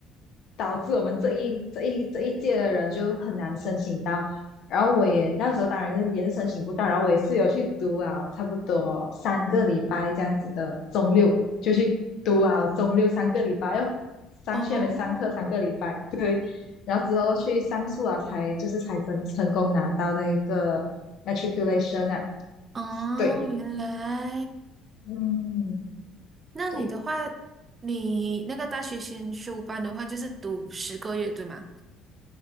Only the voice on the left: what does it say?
导致我们这一这一这一届的人就很难申请到，然后我也那时候当然是也是申请不到，然后我也是有去读啊，差不多三个礼拜这样子的中六就去读啊，中六三个礼拜哟，上去那边上课三个礼拜，
对然后之后去上诉啊，才就是才成成功拿到那一个 matriculation 啊，
对，
嗯，
对。